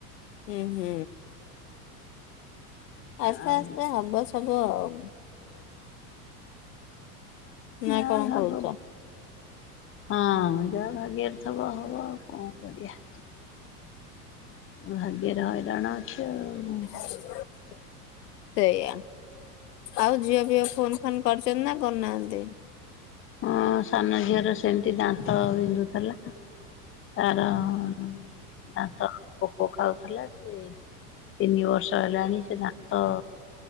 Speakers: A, on the left (about 85°); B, on the left (about 25°).
A: ହୁଁ ହୁଁ। ଆସ୍ତେ
B: ଆଉ
A: ଆସ୍ତେ ହବ ସବୁଆଉ। ନା
B: ନାଁ
A: କଣ
B: ହ
A: କହୁଛ
B: <inaudible> ହଁ ଯାହା ଭାଗ୍ୟରେଥବ ହବ ଆଉ କଣ କରିବା। ଭାଗ୍ୟରେ ହଇରାଣ ଅଛିଆଉ।
A: ହ ସେଇଆା ଆଉ ଝିଅ ଫିଅ ଫୋନ ଫାନ କରିଛନ୍ତି ନା କରୁନାହାନ୍ତି?
B: ହଁ ସାନ ଝିଅର ସେମତି ଦାନ୍ତ ବିନ୍ଧୁଥେଲା। ତାର ଅ ଁ ଦାନ୍ତ ପୋକ ଖାଉଥିଲା ଜେ ତିନି ବର୍ଷ ହେଲାଣି ସେ ଦା ତ